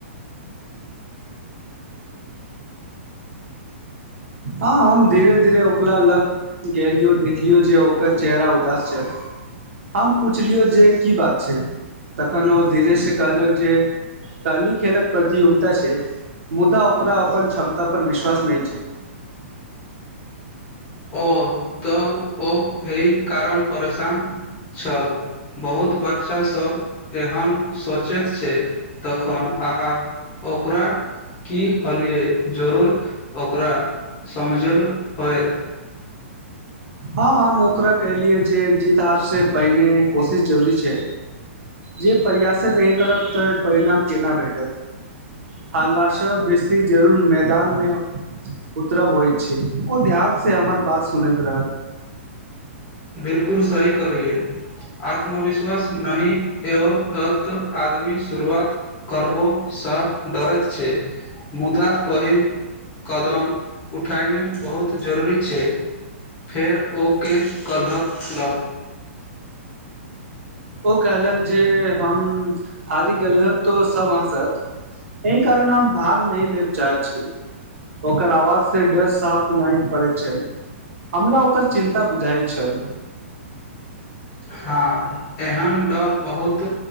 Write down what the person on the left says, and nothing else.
ओ तऽ ओ एहि कारण परेशान छल बहुत बच्चा सभ एहन सोचैत छै तखन अहाँ ओकरा की कहलियै जरूर ओकरा समझैल होएत
बिलकुल सही कहलिय आत्मविश्वास नहि ऐत तऽ आदमी शुरुआत करबोसँ डरैत छै मुदा पहिल कदम उठानी बहुत जरूरी छै फेर ओके कहलक
हँ एहन डर बहुत